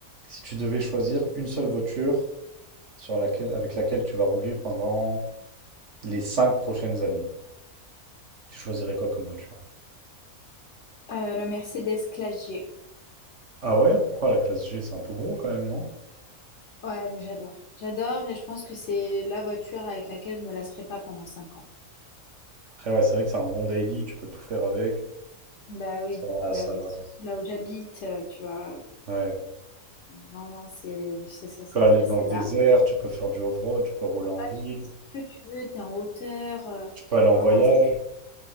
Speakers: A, on the right (about 60°); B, on the left (about 60°).
A: Si tu devais choisir une seule voiture sur laquelle, avec laquelle tu vas rouler pendant les cinq prochaines années, tu choisirais quoi comme voiture?
B: Euh, la Mercedes Classe G.
A: Ah ouais, pourquoi la classe G, c'est un peu gros quand même, non?
B: Ouais, mais j'adore. J'adore et je pense que c'est la voiture avec laquelle je me lasserai pas pendant 5 ans.
A: Après ouais, c'est vrai que c'est un bon daily, tu peux tout faire avec.
B: Bah oui,
A: Ça,
B: bah
A: ça...
B: oui, surtout là où j'habite, euh, tu vois.
A: Ouais.
B: Non, non, c'est, c'est-
A: Tu
B: ça, ça
A: peux aller
B: serait
A: dans
B: celle-là.
A: le désert, tu peux faire du off-road, tu peux rouler en
B: Ça,
A: ville,
B: tu fais ce que tu veux, t'es en hauteur. euh,
A: tu peux aller en voyage.
B: Non, non, c'est-